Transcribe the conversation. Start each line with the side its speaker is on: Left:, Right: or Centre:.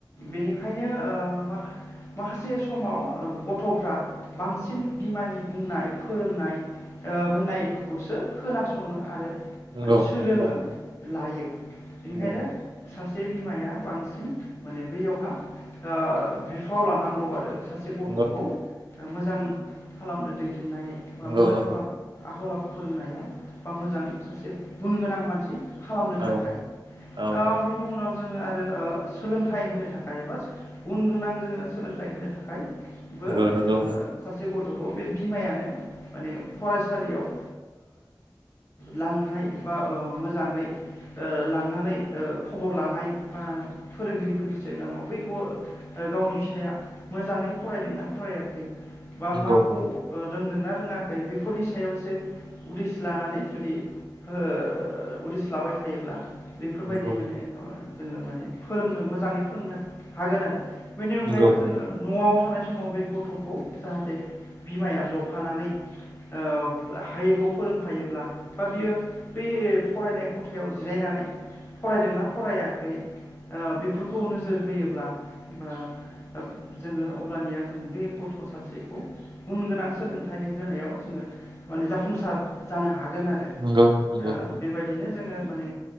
Left: बिनिखा ओंखायनो ओ माखा- माखासे समाव ओ गथ'फ्रा बांसिन बिमानि बुं नाय फोरोंनाय ओ होननायफोरखौसो खोनासङो आरो
Right: नंगौ
Left: माने
Right: नंगौ
Left: सोलोङो
Right: नंगौ
Left: लायो बेनिखायनो
Right: नंगौ
Left: सासे बिमाया बांसिन माने बैयावहा ओ बिफाव लानांगौ आरो सासे गथ'खौ
Right: नंगौ
Left: मोजां खालामनो दै नाय बा
Right: नंगौ
Left: मोजां
Right: नंगौ
Left: खालाम आखल आखु फोरोंनायाव बा मोजां सासे गुन गोनां मानसि खालामनो
Right: औ
Left: थाखाय
Right: औ
Left: ओम। उनाव जोङो आरो ओ सोलोंथाइ होनो थाखाय बा गुन गोनां जोङो सोलोंथाइ होनो थाखाय। बो
Right: नंगौ नंगौ
Left: जोङो सासे गथ' खौ बे बिमायानो माने फरायसालियाव ओ लांनाय बा ओ मोजाङै ओ लांनानै ओ खबर लानाय बा फोरोंगिरिफोरनि सिगाङाव बै ग- गावनि फिसाया मोजां‌। फरायदोंना फरायाखै बा
Right: नंगौ
Left: माखौ ओ रोंदोंना रोङाखै बेफोरनि सायाव एसे उदस लानानै जुदि ओ उदिस लाबाय थायोब्ला। बेफोरबायदि
Right: नंगौ
Left: माने जोङो माने फोरोंनो मोजाङै फोरोंनो। हागोन आरो बेनि अनगायैबो
Right: नंगौ
Left: जोङो न'आव थानाय समाव बे गथ'खौ जाहाथे बिमाया जफानानै। ओ हायैखौ फोरोंफायोब्ला बा बियो बै फरायनाय खथायाव जिरायना। फरायदोंना फरायाखै ओ बेफोरखौ नोजोर होयोब्ला ओ ओब जोङो अब्लानिया जों बे गथ' सासेखौ गुन गोनां सोलोंथाइ होनायाव जोङो माने जाफुंसार जानो हा हागोन आरो
Right: नंगौ नंगौ नंगौ
Left: ओ बेबायदिनो जोङो माने